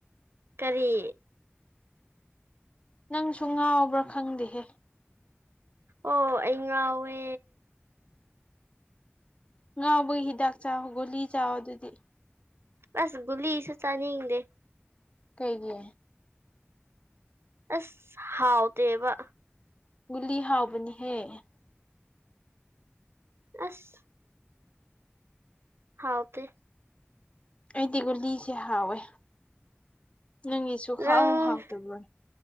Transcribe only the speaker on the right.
ꯀꯔꯤ
ꯑꯣ ꯑꯩ ꯉꯥꯎꯋꯦ
ꯑꯁ ꯒꯨꯂꯤꯁꯨ ꯆꯅꯤꯡꯗꯦ
ꯑꯁ ꯍꯥꯎꯇꯦꯕ
ꯑꯁ ꯍꯥꯎꯇꯦ
ꯅꯪ